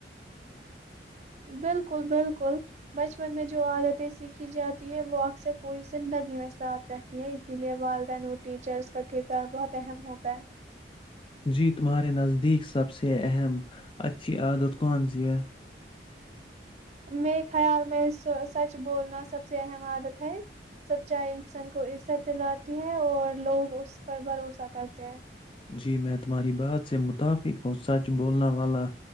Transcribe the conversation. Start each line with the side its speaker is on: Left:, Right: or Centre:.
Right: بالکل بالکل بچپن میں جو عادتیں سیکھی جاتی ہیں وہ اکثر پوری زندگی میں ساتھ رہتی ہیں اسی لیئے والدین اور ٹیچرس کا کردار بہت اہم ہوتا ہے
Left: جی تمہارے نزدیک سب سے اہم اچھی عادت کون سی ہے
Right: میرے خیال میں سچ بولنا سب سے اہم عادت ہے سچائی انسان کو عزت دلاتی ہے اور لوگ اس پر بھروسہ کرتے ہیں
Left: جی میں تمہاری بات سے متفق ہوں سچ بولنا والا